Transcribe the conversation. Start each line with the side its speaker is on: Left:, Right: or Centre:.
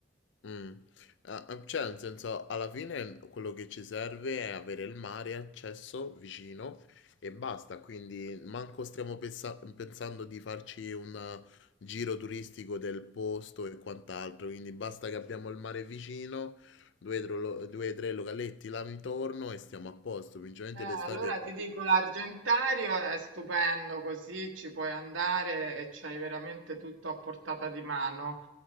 Left: mm. Ah, ah, cioè, nel senso, alla fine quello che ci serve è avere il mare, accesso vicino e basta. Quindi manco stiamo pensa- pensando di farci un giro turistico del posto e quant'altro. Quindi basta che abbiamo il mare vicino, due o tre localetti là intorno e stiamo a posto. Principalmente
Right: Eh, allora
Left: l'estate... è-
Right: ti dico, l'Argentario è stupendo, così ci puoi andare e c'hai veramente tutto a portata di mano.